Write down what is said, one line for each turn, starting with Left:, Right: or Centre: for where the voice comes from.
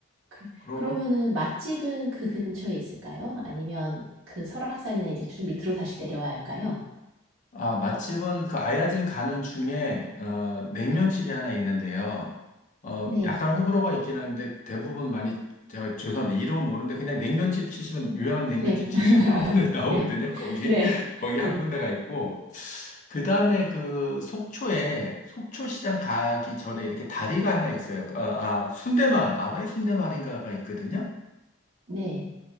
Right: 그,
Left: 그리고
Right: 그러면은 맛집은 그 근처에 있을까요? 아니면 그 설악산이나 이제 좀 밑으로 다시 내려와야 할까요?
Left: 아, 맛집은 그 아야진 가는 중에 어, 냉면집이 하나 있는데요. 어,
Right: 네.
Left: 약간 호불호가 있긴 하는데 대부분 많이 제가 죄송합니다. 이름은 모르는데 그냥 냉면집 치시면 유명한 냉면집
Right: 네.
Left: 치시면
Right: <laughs>
Left: 나오는 <laughs> 나오거든요.
Right: 네.
Left: 거기
Right: 네.
Left: 거기
Right: 네.
Left: 한 군데가 있고 그 다음에 그 속초에 속초시장 가기 전에 이렇게 다리가 하나 있어요. 그, 아, 아, 순대마을, 아바이 순대마을인가가 있거든요.
Right: 네.